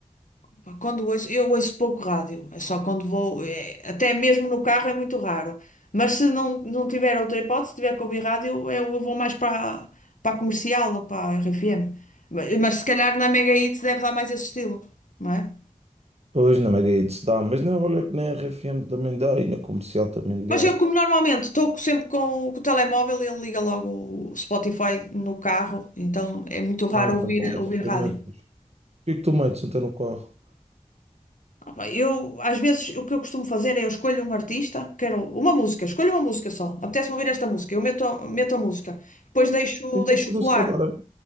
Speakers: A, on the left; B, on the right.
A: Pá, Quando ouço, eu ouço pouco rádio, é só quando vou, é, até mesmo no carro é muito raro. Mas se não, não tiver outra hipótese, tiver que ouvir rádio, eu, eu vou mais para para a comercial ou para a RFM. Mas, mas se calhar na Mega Hits deve dar mais esse estilo, não é?
B: Pois na Mega se dá, mas na olha que na R F M também dá e na comercial também
A: Mas
B: dá.
A: eu, como normalmente estou sempre com o, com o telemóvel, ele liga logo o Spotify no carro, então é muito raro
B: Ah, então
A: ouvir,
B: tu metes
A: ouvir
B: as tuas
A: rádio.
B: músicas. O que é que tu metes então no carro?
A: Opa, Eu, às vezes, o que eu costumo fazer é eu escolho um artista, quero uma música, escolho uma música só. Apetece-me ouvir esta música, eu meto, meto a música. Depois
B: Ah,
A: deixo,
B: eu
A: deixo
B: meto música
A: rolar.
B: agora.